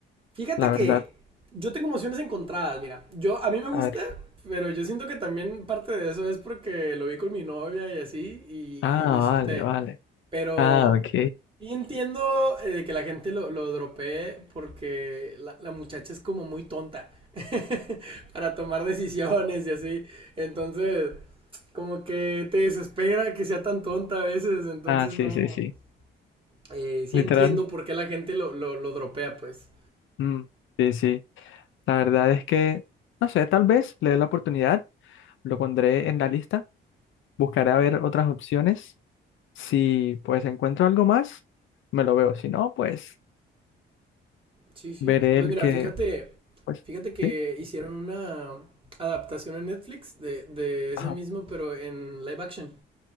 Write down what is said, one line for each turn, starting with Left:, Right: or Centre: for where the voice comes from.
Right: Fíjate
Left: la verdad.
Right: que yo tengo emociones encontradas, mira. Yo, a mí me gusta,
Left: A ver.
Right: pero yo siento que también parte de eso es porque lo vi con mi novia y así, y,
Left: Ah,
Right: y lo disfruté.
Left: vale, vale.
Right: Pero
Left: Ah, ok.
Right: sí entiendo eh, de que la gente lo, lo dropee porque la, la muchacha es como muy tonta <laughs> para tomar decisiones y así. Entonces, como que te desespera que sea tan tonta a veces. Entonces,
Left: Ah, sí,
Right: no.
Left: sí, sí.
Right: eh, sí
Left: Literal.
Right: entiendo por qué la gente lo, lo, lo dropea, pues.
Left: Mm, sí, sí. La verdad es que, no sé, tal vez le dé la oportunidad, lo pondré en la lista, buscaré a ver otras opciones Si pues encuentro algo más, me lo veo. Si no, pues
Right: Sí, sí.
Left: veré
Right: Pues
Left: el
Right: mira,
Left: que,
Right: fíjate,
Left: pues,
Right: fíjate que
Left: sí.
Right: hicieron una adaptación en Netflix de, de ese
Left: Ajá.
Right: mismo, pero en live action.